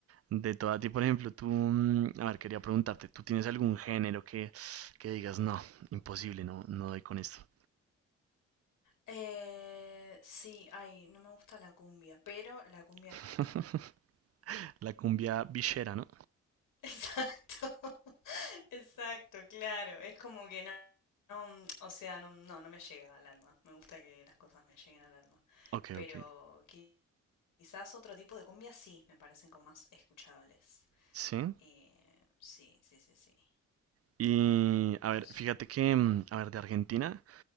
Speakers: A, on the right (about 50°); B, on the left (about 75°).
A: De toda ti, por ejemplo, tú, mm, a ver, quería preguntarte, ¿tú tienes algún género que, que digas, no, imposible, no, no doy con esto?
B: Eh, sí, ay, no me gusta la cumbia, pero la cumbia
A: <laughs>
B: argentina.
A: La cumbia villera, ¿no?
B: Exacto, <laughs> exacto, claro. Es como que no, no, o sea, no, no, no me llega al alma. Me gusta que las cosas me lleguen al alma.
A: Ok,
B: Pero
A: ok.
B: qui- quizás otro tipo de cumbia sí, me parecen como más escuchables.
A: Sí.
B: Eh, sí, sí, sí, sí,
A: Y,
B: tal cual.
A: a
B: ¿Vos?
A: ver, fíjate que, mm, a ver, de Argentina